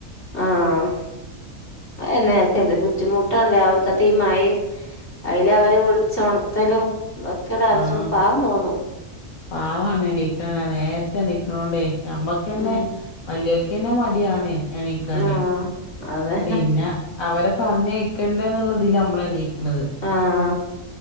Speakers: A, on the left; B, on the left.
A: ആഹ എന്നെയൊക്കെ എ ബുദ്ധിമുട്ടാണ്ട് രാവിൽകാതെ മഴയും അയില അവര് വിളിച്ച ഉണത്തലോ ഇതൊക്കെട ആരച്ച
B: ആഹ്
A: പാവം തോന്നു
B: പാവാണ് എണിക്കണ നേരത്തെ എണിക്കണോണ്ടേ നമ്മക്ക്ന്നെ
A: ഉം
B: വലിയ മടിയാണ് എണീക്കാന്
A: ആഹ് അതെ
B: പിന്നെ അവരെ പറഞ്ഞക്കണ്ടന്നുള്ളതില് നമ്മള എണീക്കണുന്നത്
A: ആഹ്